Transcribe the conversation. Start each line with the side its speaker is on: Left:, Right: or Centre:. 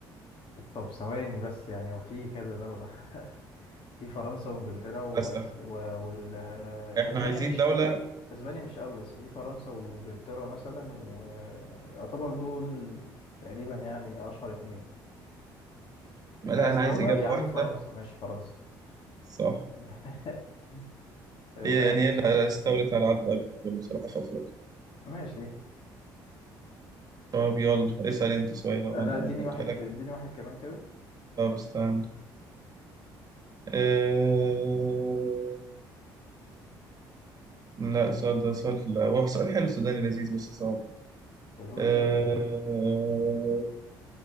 Left: طب ثواني بس يعني وفي كذا دولة <laughs> في فرنسا وانجلترا وأز...
Right: بس
Left: و... وال...
Right: إحنا
Left: اسبانيا
Right: عايزين
Left: مش
Right: دولة
Left: قوي اسبانيا مش قوي بس في فرنسا وانجلترا مثلا ويعتبر دول تقريبا يعني اشهر اتنين
Right: لا
Left: انت عايز
Right: أنا
Left: دولة
Right: عايز إجابة
Left: يا
Right: واحدة
Left: عم فرنسا ماشي فرنسا
Right: صح
Left: <laughs> سهل.
Right: هي يعني هي اللي استولت على عدد أكبر بصراحة في أفريقيا
Left: ماشي
Right: طب يلا اسأل أنت سؤال وأنا
Left: انا اديني
Right: ببدأ
Left: واحد
Right: لك
Left: اديني واحد كمان كده
Right: طب استنى أه... لا السؤال ده سؤال لا هو سؤال حلو سوداني لذيذ بس صعب
Left: قوله
Right: أه...
Left: لي كده